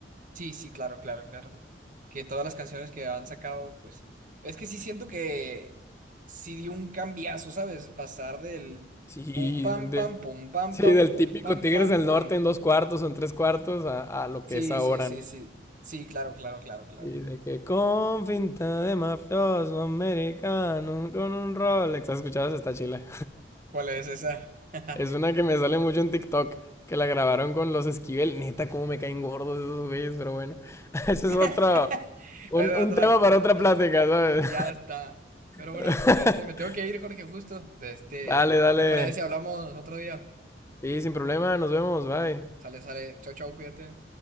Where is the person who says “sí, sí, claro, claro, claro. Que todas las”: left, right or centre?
Right